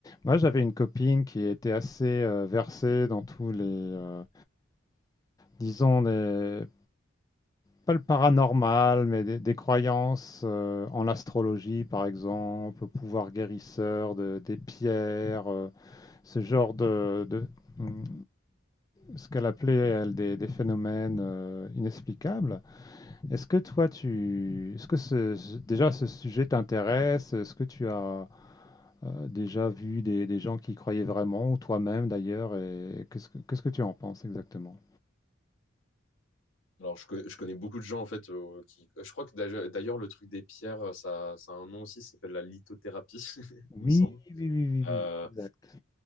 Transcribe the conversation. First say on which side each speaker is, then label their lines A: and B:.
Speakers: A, on the left; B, on the left.
A: Moi, j'avais une copine qui était assez euh, versée dans tous les, euh, disons, les- pas le paranormal, mais des, des croyances euh, en l'astrologie, par exemple, au pouvoir guérisseur de- des pierres, euh, ce genre de, de- hum, ce qu'elle appelait, elle, des, des phénomènes euh, inexplicables. Est-ce que toi, tu, est-ce que ce- ce- déjà ce sujet t'intéresse? Est-ce que tu as euh, déjà vu des, des gens qui y croyaient vraiment, ou toi-même d'ailleurs, et qu'est-ce que, qu'est-ce que tu en penses exactement?
B: Alors, je, co- je connais beaucoup de gens, en fait, euh, qui... Je crois que d'ailleurs, d'ailleurs, le truc des pierres, ça, ça a un nom aussi, ça s'appelle la lithothérapie, <laughs>
A: Oui,
B: il me semble.
A: oui, oui, oui,
B: Euh,
A: oui, exact.